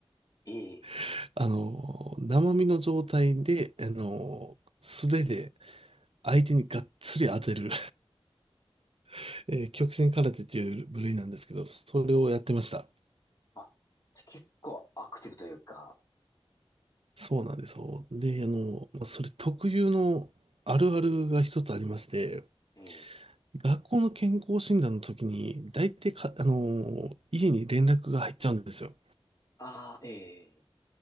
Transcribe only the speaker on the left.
ええ。
あ、じゃあ結構アクティブというか、
ええ。
ああ、え